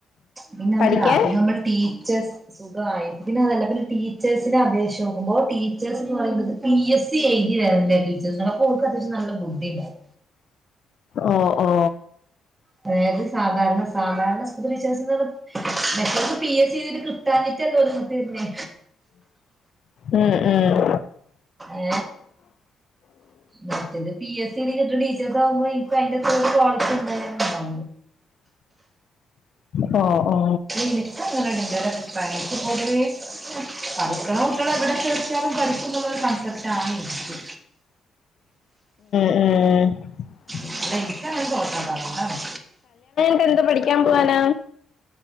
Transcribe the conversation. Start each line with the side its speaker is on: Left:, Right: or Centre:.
Right: പിന്നെ
Left: പഠിക്കാൻ
Right: അതല്ല അത് നമ്മള് ടീച്ചേസ് സുഖമായി പിന്നെതല്ല. പിന്നെ ടീച്ചേഴ്സിനെ അപേക്ഷിച്ചു നോക്കുമ്പോ ടീച്ചേഴ്സ് എന്ന് പറയ പി എസ് സി എഴുതി വരണ ടീച്ചേഴ്സിന് അപ്പോ ഓരുക്ക് അത്യാവശ്യം നല്ല ബുദ്ധി ഉണ്ടാവും.
Left: ഓ ഓ
Right: അതായത് സാധാരണ സാധാരണ സ്പ്പാ ടീച്ചേഴ്സ്ന്ന് പറഞ്ഞാ മറ്റോരുക്ക് പി എസ് സി എഴുതിയിട്ട് കിട്ടാഞ്ഞിട്ടല്ലേ ഓരുക്ക്? പിന്നെ
Left: ഉം ഉം
Right: ഏ മറ്റേത് പി എസ് സി എഴുതി കിട്ടുന്ന ടീച്ചേഴ്സ് ആകുമ്പോ എനിക്കു അതിന്റെ ഒരു ക്വാളിറ്റിന്നേ ആ
Left: ഓ ഓ
Right: നിനക്കു അങ്ങനെടാ <unintelligible> ര അഭിപ്രായം <unintelligible> പഠിക്കണ കുട്ട്യാളാ എവിടെ ചേർത്ത്യാലും പഠിക്കും എന്നുള്ള കൺസെപ് റ്റാണ് ഇനിക്ക്.
Left: ഏ
Right: അല്ല ഇനിക്ക് അങ്ങനെ തോന്നാട്ടോ അതോണ്ടാണ്
Left: പ്പ എന്ത് പഠിക്കാൻ പോവാനാ?